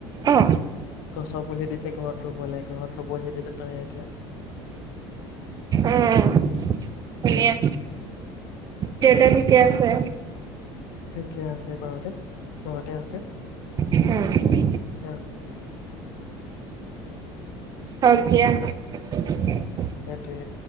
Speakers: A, on the right; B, on the left.
A: অ
B: গছৰ পুলি দিছে ঘৰত সবে ঘৰব বহি দ <unintelligible> পতিয়া <unintelligible>
A: আহ ধুনীয়া দেতা ঠিকে আছে
B: থিকে আছে বাৰুতে তহতে আছে
A: উম
B: আহ
A: হক দিয়া <unintelligible>
B: সেইটোৱে